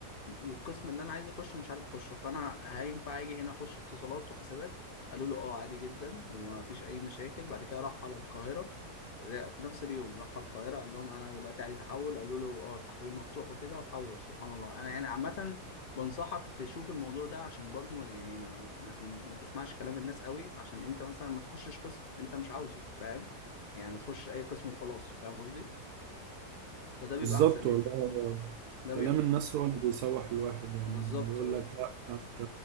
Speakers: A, on the left; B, on the right.
A: والقسم اللي انا عايز اخشه مش عارف اخشه فانا هينفع اجي هنا اخش اتصالات وحسابات قالوا له اه عادي جدا وما فيش اي مشاكل بعد كده راح على القاهره لا، في نفس اليوم راح على القاهره قال لهم انا دلوقتي عايز احول قالوا له اه التحويل مفتوح وكده وحول سبحان الله انا يعني عامه بنصحك تشوف الموضوع ده عشان برضو ما يعني ما ما, ما, تن- ما تسمعش كلام الناس قوي عشان انت مثلا ما تخشش قسم انت مش عاوزه فاهم يعني ما تخشش اي قسم وخلاص فاهم قصدي فده بيبقى
B: بالظبط
A: احسن
B: والله
A: يعني
B: هو
A: ده
B: كلام
A: بيبقى
B: الناس هو اللي بيسوح الواحد يعني
A: بالظبط
B: اللي يقول لك لا انت